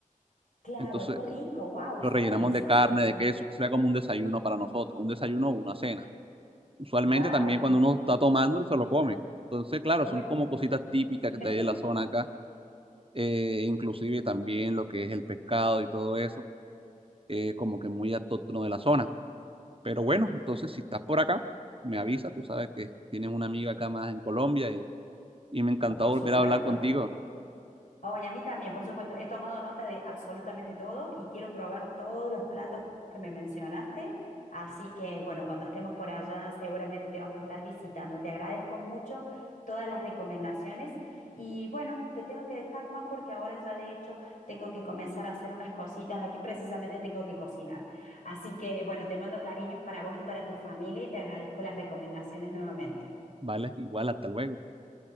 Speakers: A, on the left; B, on the right.
A: claro,
B: Entonces,
A: qué rico. Wow,
B: lo
A: suena
B: rellenamos
A: delicioso,
B: de carne,
A: la verdad.
B: de queso, que sería como un desayuno para nosotros, un desayuno o una cena. Usualmente
A: Wow,
B: también
A: bueno,
B: cuando uno está tomando, se lo come. Entonces, claro,
A: bueno,
B: son como cositas típicas
A: <laughs>
B: de ahí de la zona acá, eh, inclusive también lo que es el pescado y todo eso, eh, como que muy autóctono de la zona. Pero bueno, entonces si estás por acá, me avisa, tú sabes que tienes una amiga acá más en Colombia y, y me encantó
A: por
B: volver
A: supuesto.
B: a hablar contigo,
A: Oye, a mí también, por supuesto. He tomado nota de absolutamente todo y quiero probar todos los platos que me mencionaste. Así que, bueno, cuando estemos por allá, seguramente te vamos a estar visitando. Te agradezco mucho todas las recomendaciones. Y bueno, te tengo que dejar, Juan, porque ahora ya de hecho tengo que comenzar a hacer unas cositas. Aquí precisamente tengo que cocinar. Así que, bueno, te mando cariños para vos y para tu familia y te agradezco las recomendaciones nuevamente.
B: ¿vale? Igual, hasta luego.